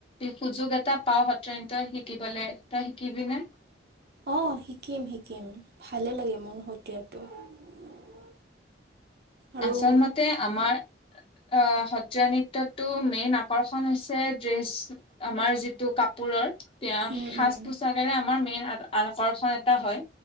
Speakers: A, on the left; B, on the right.
A: সুযোগ এটা পাও সত্ৰীয়া নৃত্য শিকিবলে, তই শিকিবিনে?
B: অহ শিকিম শিকিম ভালে লাগে মোৰ সত্ৰীয়াটো। আৰু
A: আচল মতে আমাৰ অ সত্ৰীয়া নৃত্যটো মেইন আকৰ্ষণ হৈছে ড্ৰেছ আমাৰ যিটো কাপোৰৰ। এতিয়া
B: উম
A: সাজ
B: উম
A: পোছাকেৰে আমাৰ মেইন আকৰ্ষণ এটা হয়